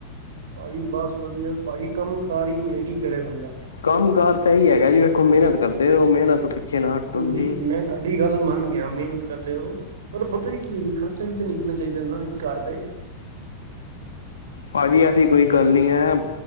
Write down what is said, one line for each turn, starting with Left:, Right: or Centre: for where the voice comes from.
Right: ਭਾਜੀ ਬਸ ਵਧੀਆ, ਭਾਜੀ ਕੰਮ ਕਾਰ ਹੀ ਨਹੀਂ ਹੈ, ਕੀ ਕਰੇ ਬੰਦਾ
Left: ਕੰਮ ਕਾਰ ਤਾਂ ਹੀ ਹੈਗਾ ਜੀ, ਵੇਖੋ ਮਿਹਨਤ ਕਰਦੇ ਰਹੋ, ਮਿਹਨਤ ਪਿੱਛੇ ਨਾ ਹਟੋ
Right: ਹਾਂਜੀ,
Left: ਤੁਸੀਂ
Right: ਮੈਂ ਤੁਹਾਡੀ ਗੱਲ ਮੰਨ ਗਿਆ, ਮਿਹਨਤ ਕਰਦੇ ਹੋ, ਪਰ ਪਤਾ ਜੀ ਕੀ ਖਰਚਾ ਵੀ ਤਾਂ ਨਿਕਲਣਾ ਚਾਹੀਦਾ ਘਰਦੇ
Left: ਭਾਜੀ ਐਸੀ ਕੋਈ ਗੱਲ ਨਹੀਂ ਹੈ,